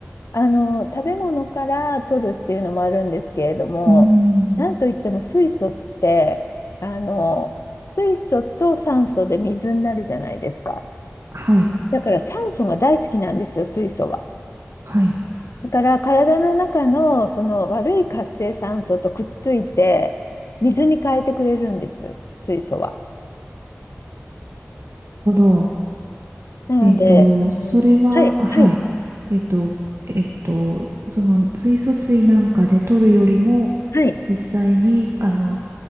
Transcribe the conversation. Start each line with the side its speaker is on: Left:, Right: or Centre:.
Left: あの食べ物から取るっていうのもあるんですけれども、
Right: うん。
Left: なんといっても水素ってあの水素と酸素で水になるじゃないですか。
Right: はい。
Left: だから酸素が大好きなんですよ、水素は。
Right: はい。なる
Left: だから体の中のその悪い活性酸素とくっついて水に変えてくれるんです、水素は。
Right: ほど。
Left: なので、
Right: えっと、
Left: あの、
Right: それは、
Left: はい、
Right: あはい。
Left: はい、
Right: えっと、えっと、その水素水なんかで取るよりも、
Left: はい。
Right: 実際に、あの、